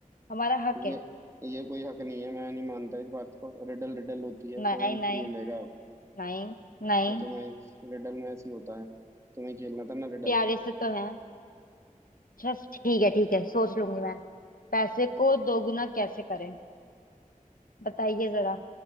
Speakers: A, on the left (about 85°); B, on the right (about 20°).
A: हमारा हक
B: ये
A: है
B: ये कोई हक नहीं है मैं नहीं मानता इस बात को रिडल रिडल होती है
A: नहीं
B: कोई नहीं
A: नहीं
B: मिलेगा अब
A: नहीं नहीं
B: ये तुम्हें इस रिडल में ऐसे ही होता है तुम्हें खेलना था ना रिडल
A: प्यारे से तो है अच्छा ठीक है ठीक है सोच लूंगी मैं पैसे को दोगुना कैसे करें बताइए जरा